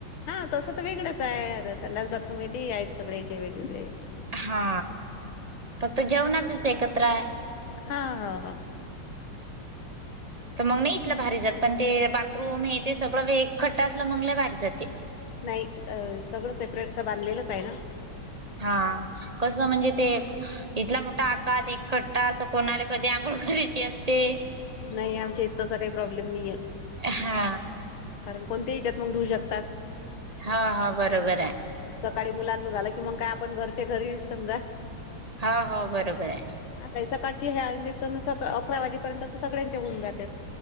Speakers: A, on the left (about 75°); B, on the right (about 30°).
A: हा तसं तर वेगळंच आहे आ संलाास बाथरूम आहे, आहेत सगळेचे वेगवेगळे
B: हा, फक्त जेवणाचच एकत्र आहे.
A: हा हा ह.
B: तर मग नाही इथलं भारी जात पण ते बाथरूम हे ते सगळं वेग खट्ट असलं मग नाही भारी जाते.
A: नाही सगळं सेपरेट असं बांधलेलंच आहे ना.
B: हा कसं म्हणजे ते इथला मोठा आकारात एक खट्टा असं कोणा आले कधी आंघोळ कधची असते
A: नाही आमच्या इथ तसा काही प्रॉब्लेम नाहीय,
B: हा.
A: कारण कोणत्या हेच्यात मग धुऊ शकतात.
B: हां हां बरोबर आहे.
A: सकाळी मुलांच झालं की मंग काय आपण घरचे घरी समजा
B: हां हाव बरोबर आहे.
A: आता हे सकाळची हे आ तर सका अकरा वाजेपर्यंत तर सगळ्यांच्या होऊन जात्यात.